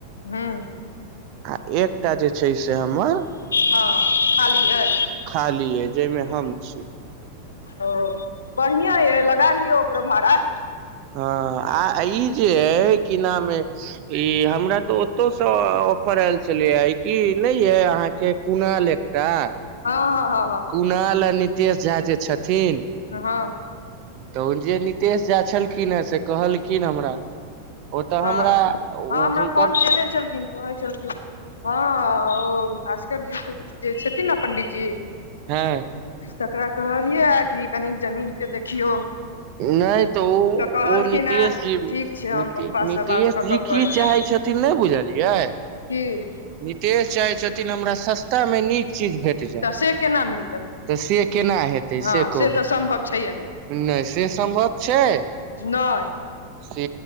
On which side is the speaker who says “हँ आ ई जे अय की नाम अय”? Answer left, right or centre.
Right